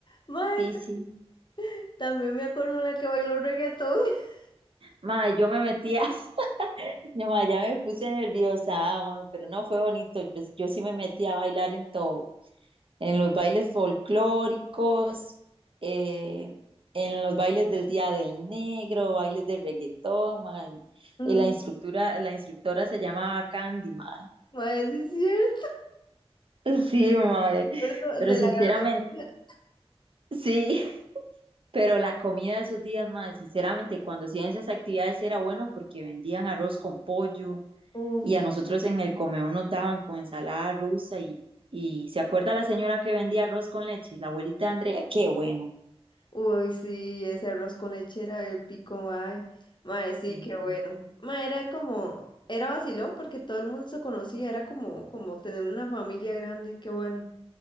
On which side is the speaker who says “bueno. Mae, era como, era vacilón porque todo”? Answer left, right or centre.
Left